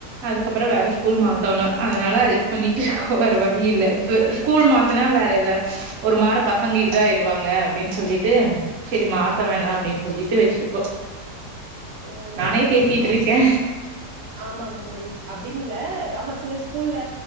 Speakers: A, on the right (about 65°); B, on the right (about 80°).
A: அதுகப்றோ
B: ஓ!
A: வேற ஸ்கூல் மாத்தோணு அதனால அட்ஜஸ்ட் பண்ணிட்டு இருக்கோ வேற வழியில்ல ப் ஸ்கூல் மாத்துனா வேற எதா ஒருமார பசங்க இதா ஆயிருவாங்க அப்டின் சொல்லீட்டு செரி மாத்த வேண்டா அப்டின் சொல்லீட்டு வெச்சிருக்கோ
B: ஓ!
A: நானே பேசிட்ருக்கே
B: அம் ஆமாங்க தோழி அப்டின்னில்ல ஆமா சில ஸ்கூல்ல